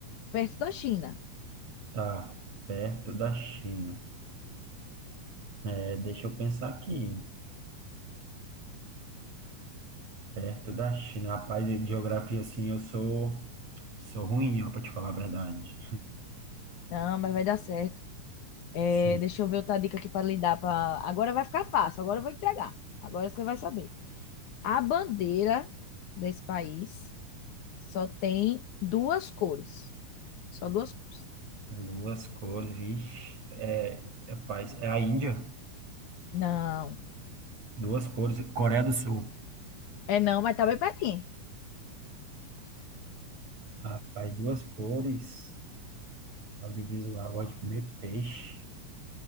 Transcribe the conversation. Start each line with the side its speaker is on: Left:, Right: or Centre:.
Left: perto da China.
Right: tá perto da China. É, deixa eu pensar aqui. Perto da China. Rapaz, e geografia, assim, eu sou, sou ruim, ó, para te falar a verdade.
Left: Não, mas vai dar certo. É,
Right: Sim.
Left: deixa eu ver outra dica aqui para lhe dar. Pra... Agora vai ficar fácil, agora eu vou entregar. Agora você vai saber. A bandeira desse país Só tem duas cores. Só duas cores.
Right: Duas cores, vixe. É, rapaz, é a Índia.
Left: Não.
Right: Duas cores. Coreia do Sul.
Left: É não, mas tá bem pertinho.
Right: Rapaz, duas cores. Audiovisual, gosto de comer peixe.